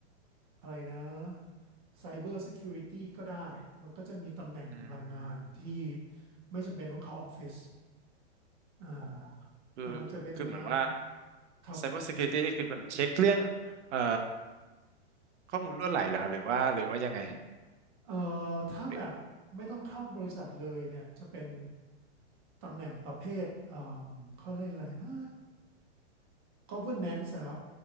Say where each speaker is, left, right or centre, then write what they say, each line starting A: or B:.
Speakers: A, on the right; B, on the right.
A: อะไรนะ Cyber Security ก็ได้ มันก็จะมีตำแหน่งบางงานที่
B: อืม
A: ไม่จำเป็นต้องเข้าออฟฟิศอ่า
B: อ๋อคือคือเหมือนว่า
A: แต่มันจะเป็นงานครับ
B: Cyber Security นี่คือเป็นเช็คเรื่องเอ่อข้อมูลรั่วไหลเหรอครับหรือว่าหรือว่ายังไง
A: เอ่อถ้าแบบไม่ต้องเข้าบริษัทเลยเนี่ยจะเป็น
B: หรือ
A: ตำแหน่งประเภทเอ่มเขาเรียกอะไรนะ governance อะครับ